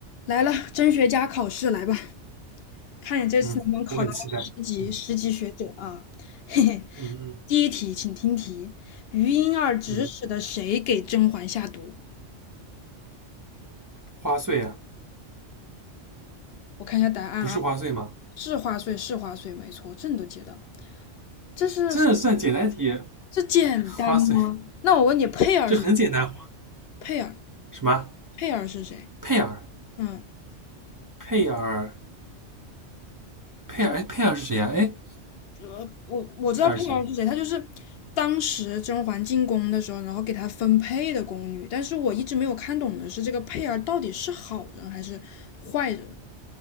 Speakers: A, on the left; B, on the right.
A: 来了，真学家考试来吧，看你这次能不能考到十级十级学者啊！
B: 嗯，我很期待。嗯
A: <laughs> 嘿嘿，
B: 嗯嗯
A: 第一题，请听题：余莺儿指使的谁给甄嬛下毒？
B: 嗯，花穗啊，
A: 我看一下答案啊，
B: 不是花穗吗？
A: 是花穗，是花穗，没错，这你都接到。这是什
B: 这算简单题，
A: 这简单吗？
B: 花穗
A: 那我问你，佩儿是
B: 这很简单。
A: 佩儿，
B: 什么？
A: 佩儿是谁？
B: 佩尔？
A: 嗯，
B: 佩尔？佩尔？
A: 佩。
B: 哎，佩尔是谁呀、哎，
A: 呃，我我知道佩儿是谁，
B: 佩尔是谁？
A: 她就是当时甄嬛进宫的时候，然后给她分配的宫女。但是我一直没有看懂的是，这个佩儿到底是好人还是坏人，